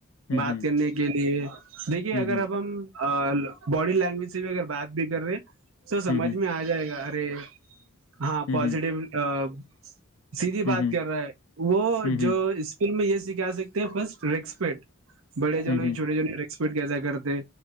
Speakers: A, on the right; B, on the left.
A: بات
B: ہوں،
A: کرنے کے لیے دیکھیے
B: ہوں،
A: اگر
B: ہوں،
A: اب ہم باڈی لینگویج بھی اگر بات بھی کر رہے تو سمجھ
B: ہوں، ہوں،
A: میں آ جائے گا ارے ہاں
B: ہوں،
A: پازیٹیو <inaudible> سیدیدھی
B: ہوں،
A: بات کر رہا ہے وہ
B: ہوں،
A: جو اسکول میں یہ کیا سکتے ہیں فرسٹ رسپیٹ بڑے جن ہو
B: ہوں،
A: چھوے جن ہو ایکسپرٹ کیسا کرتے